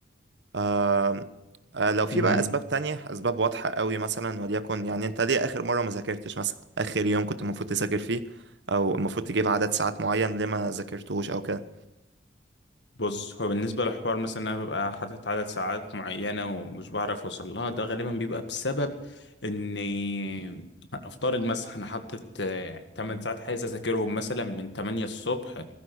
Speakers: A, on the right (about 85°); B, on the left (about 80°).
A: آم، آه، لو في
B: امم
A: بقى اسباب تانية اسباب واضحة قوي مثلا وليكن يعني انت ليه اخر مرة ما ذاكرتش مثلا اخر يوم كنت المفروض تذاكر فيه او المفروض تجيب عدد ساعات معين ليه ما ذاكرتوش او كده
B: بص هو بالنسبة لحوار مثلا إن أنا ببقى حاطط عدد ساعات معينة ومش بعرف أوصل لها ده غالبا بيبقى بسبب إني هنفترض مثلا أنا حاطط 8 ساعات عايز أذاكرهم مثلا من 8 الصبح